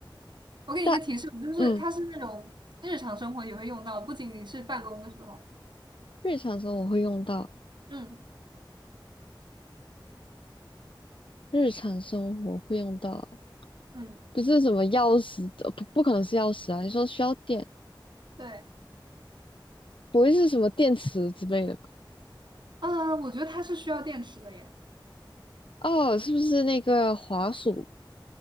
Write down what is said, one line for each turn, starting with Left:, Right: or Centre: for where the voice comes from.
Right: 我给你一个提示，
Left: 但
Right: 就是它是那种日常生活也会用到，
Left: 嗯，
Right: 不仅仅是办公的时候，
Left: 日常生活会用到，
Right: 嗯
Left: 日常生活会用到，
Right: 嗯。
Left: 不是什么钥匙的，不不可能是钥匙啊。你说需要电，
Right: 对，
Left: 不会是什么电池之类的吧？
Right: 嗯，我觉得它是需要电池的耶，
Left: 哦，是不是那个滑鼠？